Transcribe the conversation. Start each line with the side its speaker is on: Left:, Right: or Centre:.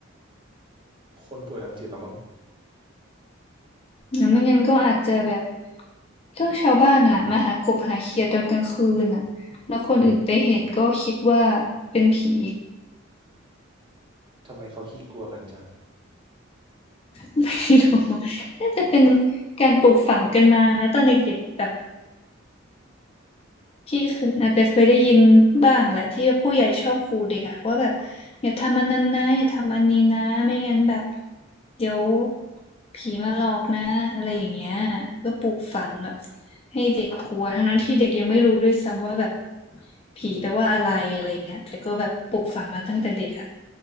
Right: คนป่วยทางจิตเหรอมั้ง
Left: งั้นไม่งั้นก็อาจจะแบบ เ็าชาวบ้านอ่ะมาหากบหาเขียดตอนกลางคืนอ่ะแล้วคนอื่นไปเห็นก็คิดว่าเป็นผี
Right: ทำไมเขาขี้กลัวกันจัง
Left: <laughs> ไม่รู้น่าจะเป็นการปลูกฝังกันมานะตอนเด็กๆแบบ พี่เคยอาจจะเคยได้ยินบ้างแหละที่ว่าผู้ใหญ่ชอบขู่เด็กอะว่าแบบอย่าทำอันนั้นนะอย่าทำอันนี้นะไม่งั้นแบบเดี๋ยวผีมาหลอกนะอะไรอย่างเงี้ยก็ปลูกฝังแบบให้เด็กกลัวทั้งๆที่เด็กยังไม่รู้ด้วยซ้ำว่าแบบผีแปลว่าอะไรอะไรอย่างเงี้ยแต่ก็แบบปลูกฝังมาตั้งแต่เด็กอะ